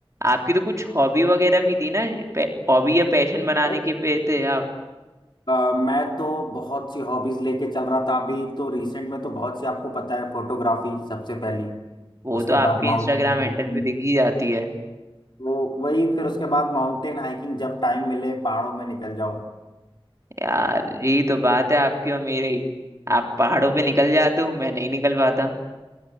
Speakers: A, on the right; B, on the left.
A: आपकी तो कुछ हॉबी वगैरह भी थी ना हॉबी या पैशन बनाने
B: है
A: के पे थे आप
B: अ, मैं तो बहुत सी हॉबीज लेके चल रहा था अभी तो रिसेंट में तो बहुत सी आपको पता है फोटोग्राफी सबसे पहली
A: वो
B: उसके
A: तो आपके
B: बाद माउंटेन
A: इंस्टाग्राम हैंडल
B: हाइकिंग
A: पे दिख ही जाती है
B: तो वही फिर उसके बाद माउंटेन हाइकिंग जब टाइम मिले पहाड़ों में निकल जाऊं
A: यार यही तो बात है आपकी और मेरी आप पहाड़ों पे निकल जाते हो मैं नहीं निकल पाता